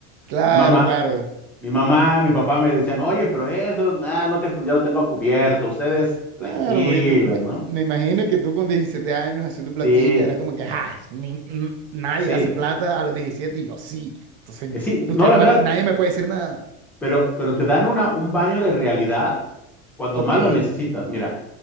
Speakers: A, on the right; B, in the centre.
A: claro,
B: Mi mamá,
A: claro,
B: mi mamá, mi papá me decían, oye, pero eso, ah, no te, ya lo tengo cubierto, ustedes tranquilas,
A: claro, porque tú, me,
B: ¿no?
A: me imagino que tú con 17 años haciendo platica,
B: Sí,
A: era como que, ah, ni- n- nadie
B: sí.
A: hace plata a los 17 y yo sí, entonces,
B: Eh, Sí, no,
A: usted
B: la
A: no
B: verdad,
A: me, pu- nadie me puede decir nada,
B: pero, pero te dan una, un baño de realidad cuando
A: ok.
B: más lo necesitas. Mira,